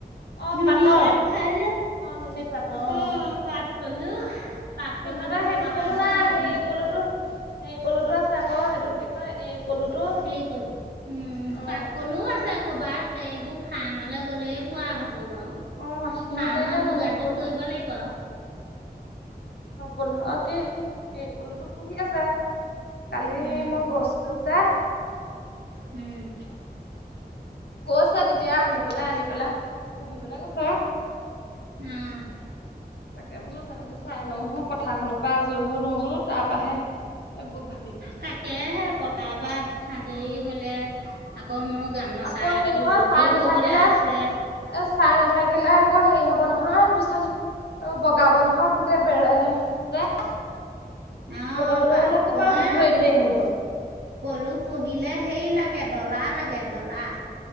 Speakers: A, on the left; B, on the right.
A: অ
B: নুনী
A: পাতৰ
B: পাত খাই যে,
A: অ নুনী পাতৰ
B: আহ
A: অ
B: পাত পলু। পাট পলুতো
A: সিহঁতৰ সেইটো
B: পোৱা
A: পলু
B: হেতেন
A: নাই
B: পহিলো
A: হেৰি
B: -
A: পলুটো - হেৰি পলুটো আছে আক এইটো কি কয় এৰি পলুটো,
B: হেৰি পলু উম
A: অ।
B: পাট পলুও আছে ক'ৰবাত এইবোৰ ফাৰ্মলৈ গ'লে পোৱা হ'ব বাৰু।
A: অ সিহঁতে
B: ফাৰ্মত
A: এতিয়া নুনী
B: যোগাযোগ
A: পলুটো
B: কৰিব লাগিব আও।
A: পোন্ধ কি এৰি পলুতো পুহি আছে, কালি
B: উম
A: সেই মই গৈছিলো যে -
B: উম।
A: কৈছে তেতিয়া নিবলে আনি পেলাই পুহিবলে কৈছে।
B: উম।
A: তাকে বোলো জানো চাই লওঁ হু পথাৰখনৰ পৰা আজৰি হৈ লওঁ বোলো তাৰ পৰাহে - এইবোৰ ভাবিম।
B: তাকেহে পথাৰ পা আজৰি হ'লে - আকৌ মোৰ গামোচা
A: আকৌ হেৰি
B: টো
A: নহয়
B: যোটিও
A: চাই নাথাকিলে
B: ববলে আছে।
A: এ চাই নাথাকিলে আকৌ হেৰি হব নহয় পিছত বগাব নহয় গোটেই - গোটেই বেৰে চেৰে,
B: অ
A: বগাবলৈ
B: পাত
A: হ'লে ক প
B: এ
A: ধৰি ধৰি আনিব।
B: পলু পুহিলে সেই লাগে ডলা লাগে ডলা।